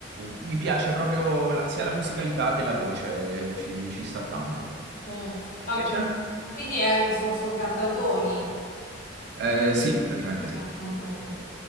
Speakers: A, on the right; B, on the left.
A: mi piace proprio la- sia la musicalità che la voce, eh, ci, ci sta tanto.
B: Mm. Ma
A: Invece?
B: quindi sono cantautori?
A: Eh, sì, praticamente sì.
B: Mm, mm, mm. mm.